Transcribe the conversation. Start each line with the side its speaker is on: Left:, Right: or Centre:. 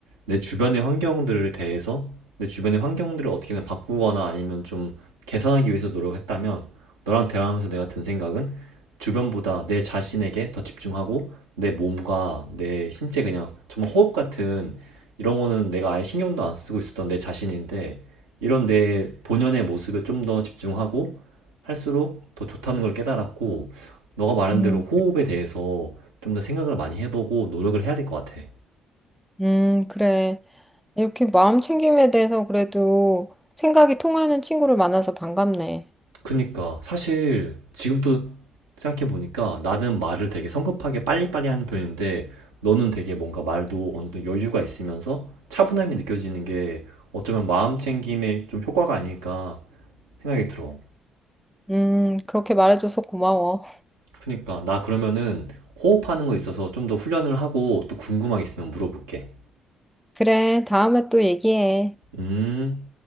Right: 내 주변의 환경들을 대해서 내 주변의 환경들을 어떻게든 바꾸거나 아니면 좀 개선하기 위해서 노력했다면 너랑 대화하면서 내가 든 생각은 주변보다 내 자신에게 더 집중하고 내 몸과 내 신체 그냥 정말 호흡 같은 이런 거는 내가 아예 신경도 안 쓰고 있었던 내 자신인데 이런 내 본연의 모습에 좀 더 집중하고 할수록 더 좋다는 걸 깨달았고 너가 말한
Centre: 음,
Right: 대로 호흡에 대해서 좀 더 생각을 많이 해보고 노력을 해야 될 것 같아.
Centre: 음, 그래. 이렇게 마음 챙김에 대해서 그래도 생각이 통하는 친구를 만나서 반갑네.
Right: 그니까 사실 지금 또 생각해보니까 나는 말을 되게 성급하게 빨리빨리 하는 편인데 너는 되게 뭔가 말도 어느 정도 여유가 있으면서 차분함이 느껴지는 게 어쩌면 마음 챙김에 좀 효과가 아닐까 생각이 들어.
Centre: 음, 그렇게 말해줘서 고마워.
Right: 그니까 나 그러면은 호흡하는 거 있어서 좀 더 훈련을 하고 또 궁금한 게 있으면 물어볼게.
Centre: 그래, 다음에 또 얘기해.
Right: 음.